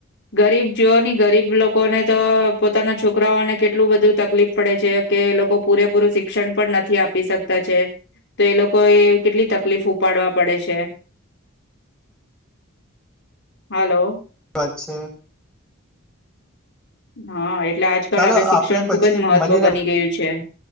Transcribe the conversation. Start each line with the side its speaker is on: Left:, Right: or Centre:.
Left: ગરીબ જો ની ગરીબ લોકોને તો પોતાના છોકરાઓને કેટલું બધું તકલીફ પડે છે કે લોકો પૂરેપૂરું શિક્ષણ પણ નથી આપી શકતા છે. તો એ લોકો એ કેટલી તક લીફ ઉપાડવા પડે છે હલો
Centre: વાત છે.
Left: હા એટલે આજકાલ
Centre: ચાલો
Left: હવે શિક્ષણ
Centre: આપણે પછી
Left: ખુબ જ મહત્વ
Centre: મળીને
Left: બની ગયું છે.